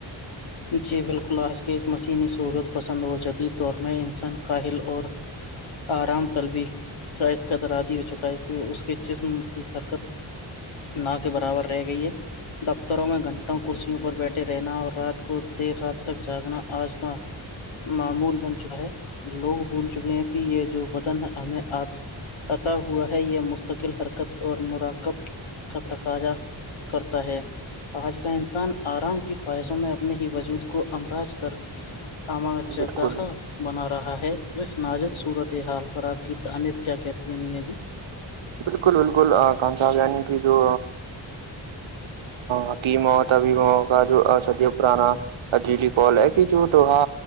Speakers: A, on the left; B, on the right.
A: جی بالکل آج کے اس مسینی سہولت پسند اور جدید دور میں انسان کاہل اور آرام طلبی کا اس قدر عادی ہو چکا ہے کہ اس کے جسم کی حرکت نہ کے برابر رہ گئی ہے دفتروں میں گھنٹوں کرسیوں پر بیٹھے رہنا اور رات کو دیر رات تک جاگنا آج کا معمول بن چکا ہے لوگ بھول چکے ہیں کہ یہ جو بدن ہمیں آج عتا ہوا ہے یہ مستقل حرکت اور مراکب کا تقاضا کرتا ہے آج کا انسان آرام کی خواہشوں میں اپنے ہی وجود کو امراض کر اما جگاہا
B: بالکل
A: بنا رہا ہے اس ناجک صورت حال پر آپ کی تانس کیا کہتی ہیں میاں جی
B: بالکل بالکل کان صاحب یعنی کہ جو حکیموں تبیب کا جو سدیہ پرانا اجیلی کال ہے کہ جو لوہا